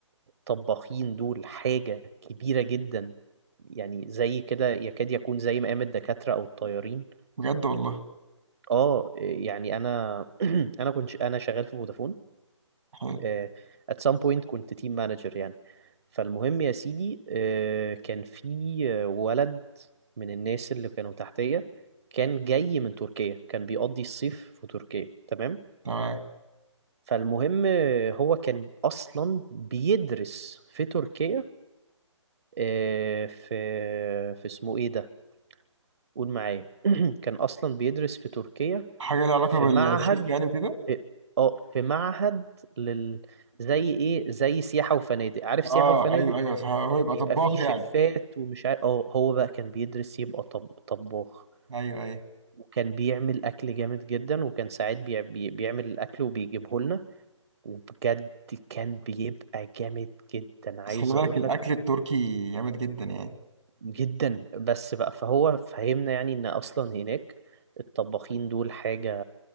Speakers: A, on the right; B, on the right.
A: طباخين دول حاجة كبيرة جدا يعني زي كده يكاد يكون زي مقام الدكاترة أو الطيارين
B: بجد والله
A: اه يعني أنا <clears throat> أنا كنت أنا شغال في فودافون
B: حلو
A: آه، at some point كنت تيم مانجر يعني فالمهم يا سيدي آه، كان في آه، ولد من الناس اللي كانوا تحتية كان جاي من تركيا كان بيقضي الصيف في تركيا تمام
B: تمام
A: فالمهم آه، هو كان أصلا بيدرس في تركيا آه، في في اسمه ايه ده قول معايا <clears throat> كان اصلا بيدرس في تركيا
B: حاجة لها علاقة
A: في
B: بالشيف
A: معهد
B: يعني وكده
A: اه آه، في معهد لل زي ايه زي سياحة وفنادق عارف
B: اه
A: سياحة وفنادق
B: ايوه ايوه صح هو يبقى
A: بيبقى
B: طباخ
A: فيه شيفات
B: يعني
A: ومش عارف اه هو بقى كان بيدرس يبقى طب... طباخ
B: ايوه ايوه
A: وكان بيعمل اكل جامد جدا وكان ساعات بي... بي... بيعمل الاكل وبيجيبه لنا وبجد كان بيبقى جامد جدا عايز
B: بس خلي بالك
A: اقول
B: الاكل
A: لك
B: التركي جامد جدا يعني
A: جدا بس بقى فهو فهمنا يعني ان اصلا هناك الطباخين دول حاجة